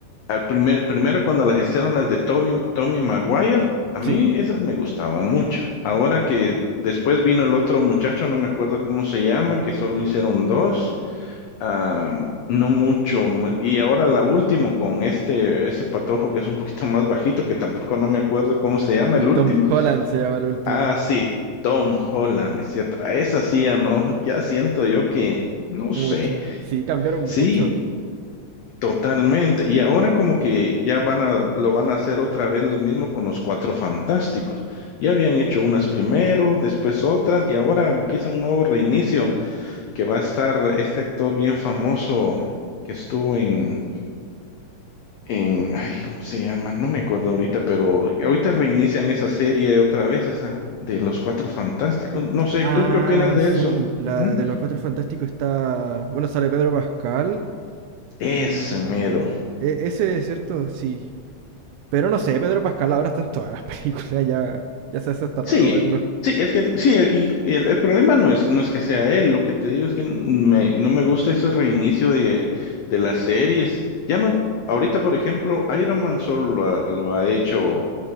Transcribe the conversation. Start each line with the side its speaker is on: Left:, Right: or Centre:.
Left: Al primer, primero cuando las hicieron las de Tobey, Tommy Maguire, a mí
Right: Sí.
Left: esas me gustaban mucho. Ahora que después vino el otro muchacho, no me acuerdo cómo se llama, que solo hicieron dos. Ah, no mucho. mu- Y ahora la última con este, ese patojo que es un poquito <laughs> más bajito, que tampoco no me acuerdo cómo se llama
Right: El
Left: el último.
Right: Tom Holland se llama el último.
Left: Ah, sí, Tom Holland, es cierto. A esa sí ya no, ya siento yo que, no sé,
Right: Mucho. Sí, cambiaron mucho.
Left: sí, totalmente. Y ahora como que ya van a, lo van a hacer otra vez lo mismo con los Cuatro Fantásticos. Ya habían hecho unas primero, después otras, y ahora empieza un nuevo reinicio que va a estar este actor bien famoso que estuvo en en, ay, ¿cómo se llama? No me acuerdo ahorita, pero ahorita reinician esa serie otra vez, esa de los Cuatro Fantásticos. No sé,
Right: Ah,
Left: ¿tú qué opinas de
Right: sí.
Left: eso?
Right: La
Left: Ujú.
Right: de los Cuatro Fantásticos está... Bueno, sale Pedro Pascal.
Left: Ese
Right: Y...
Left: mero.
Right: e- ese, es ¿cierto? Sí. Pero no sé, Pedro Pascal ahora está en todas las <laughs> películas, ya, ya se hace hasta raro
Left: Sí,
Right: verlo.
Left: sí, es que sí, y, y el, el problema no es, no es que sea él, lo que te digo es que me, no me gusta ese reinicio de, de las series. Ya no, ahorita, por ejemplo, Iron Man solo lo ha, lo ha hecho